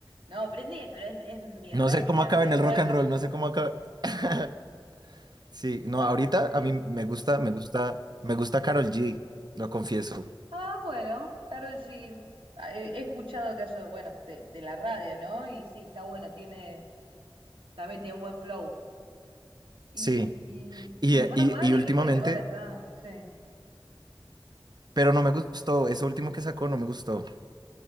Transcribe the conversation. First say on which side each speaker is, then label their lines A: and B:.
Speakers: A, on the right; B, on the right.
A: No, Britney, pero es, es mi
B: No
A: reina,
B: sé cómo acaba
A: pero
B: en el rock
A: bueno.
B: and roll, no sé cómo acaba. <laughs> Sí, no,
A: No,
B: ahorita
A: no, sí.
B: a mí me gusta, me gusta, me gusta Karol G, lo confieso.
A: Ah, bueno, Karol G. Ah, He he escuchado caso, bueno, de, de la radio, ¿no? Y sí, está bueno, tiene, también tiene un buen flow. Y,
B: Sí, y,
A: y
B: eh,
A: Bad
B: y,
A: Bunny,
B: y últimamente,
A: viste que ahora está, sí.
B: pero no me gustó, eso último que sacó no me gustó.